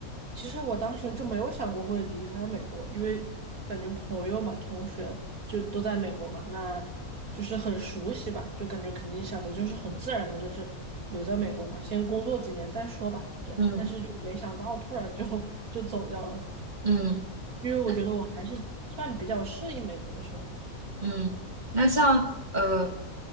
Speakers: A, on the right; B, on the right.
A: 其实我当时就没有想过会离开美国，因为感觉朋友嘛、同学就都在美国嘛，那就是很熟悉吧，就感觉肯定想的就是很自然的，就是留在美国嘛，先工作几年再说吧。对，
B: 嗯
A: 但是就没想到突然就就走掉了，
B: 嗯，
A: 因为我觉得我还是算比较适应美国的生活。
B: 那嗯，那像呃